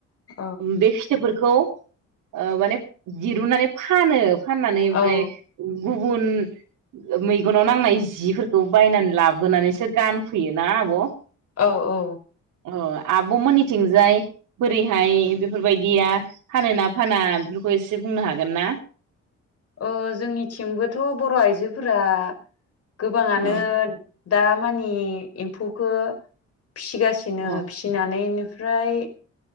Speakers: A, on the left; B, on the right.
A: औ
B: बे फिथोबफोरखौ खौ माने दिरुननानै फानो। फाननानै ओमफ्राय
A: औ
B: गुबुन मैगनाव नांनाय जिफोरखौ बायनानै लाबोनानैसो गानफैयो ना आब'।
A: औ औ।
B: अ आब'मोननिथिंजाय बोरैहाय बेफोरबायदिया फानो ना फाना बेफोरखौ एसे बुंनो हागोन ना?
A: ओ जोंनिथिंबोथ' बर' आइजोफोरा <unintelligible> गोबाङानो
B: अ
A: दा मानि एम्फौखो फिसिगासिनो
B: औ
A: फिसिनानै ओमफ्राय